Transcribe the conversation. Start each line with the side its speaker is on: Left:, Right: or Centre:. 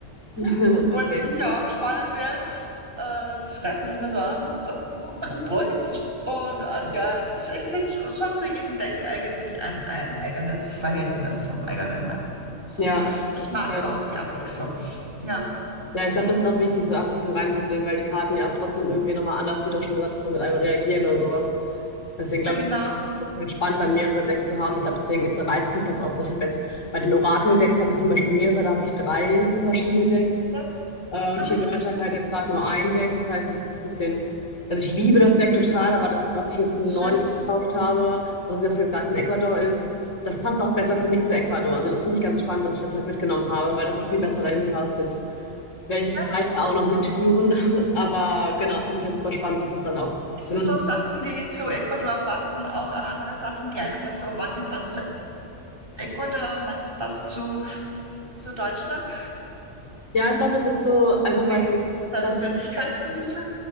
Left: <laughs>
Right: <laughs> obwohl
Left: Okay,
Right: das sicher auch spannend wäre. Äh, das schreibt mich immer so an und das, <laughs> das bräuchte ich. Und äh, ja, es, es es sind schon schon zu jedem Deck eigentlich ein, ein eigenes Verhältnis und eigener Mann. So.
Left: ja,
Right: Ich mag
Left: ja.
Right: aber auch die Abwechslung. Ja,
Left: Ja, ich glaube, das ist auch wichtig, so abwechselnd reinzubringen, weil die Karten ja auch trotzdem irgendwie nochmal anders, wie du auch schon gesagt hast, so mit einem reagieren oder sowas. Deswegen glaube
Right: ja genau.
Left: ich, es ist halt spannend, dann mehrere Decks zu haben. Ich glaube, deswegen ist, reizt mich das auch so. Ich habe jetzt bei den Orakel-Decks habe ich zum Beispiel mehrere, da habe ich drei verschiedene Decks.
Right: Ja.
Left: Äh, und
Right: Aha,
Left: hier in Deutschland halt jetzt gerade nur ein Deck. Das heißt, es ist ein bisschen, also ich liebe das Deck total, aber das, was ich jetzt neu
Right: schön.
Left: gekauft habe, was das jetzt gerade in Ecuador ist, das passt auch besser für mich zu Ecuador. Also das finde ich ganz spannend, dass ich das halt mitgenommen habe, weil das auch viel besser dahin passt. Jetzt werde ich das
Right: Ja.
Left: zweite auch noch mitführen. <laughs> Aber genau, finde ich ja super spannend, was das dann auch
Right: Das
Left: benutzt.
Right: sind So Sachen, die zu Ecuador passen, auch andere Sachen, Kleidung und so, manches passt zu Ecuador und manches passt zu, zu Deutschland.
Left: Ja, ich glaube, das ist so einfach,
Right: So
Left: weil.
Right: wie zwei
Left: das
Right: Persönlichkeiten ein bisschen.